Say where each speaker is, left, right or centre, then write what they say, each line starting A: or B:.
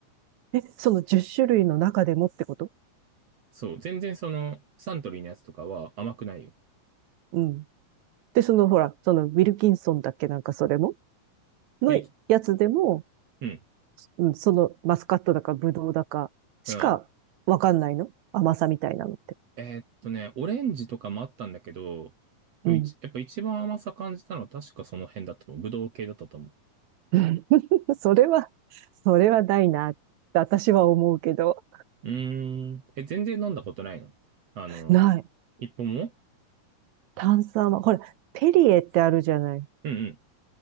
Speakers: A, on the right (about 75°); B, on the right (about 50°).
A: え、その10種類の中でもってこと
B: そう、全然その、サントリーのやつとかは甘くないよ。
A: うん。で、そのほら、そのウィルキンソンだっけなんかそれものやつでも、
B: ピリキうん、
A: うん、そのマスカットだかブドウだかしかわかんないの甘さみたいなのって。
B: うん。えーっとね、オレンジとかもあったんだけど、でも一やっぱ一番甘さ感じたのは確かその辺だったと思う。
A: うん。
B: ぶどう系だったと思
A: <laughs> それは、それはないなって私は思うけど。
B: う。うーん。え、全然飲んだことないのあの、
A: ない。
B: 一本も
A: 炭酸は、ほら、ペリエってあるじゃない。
B: うん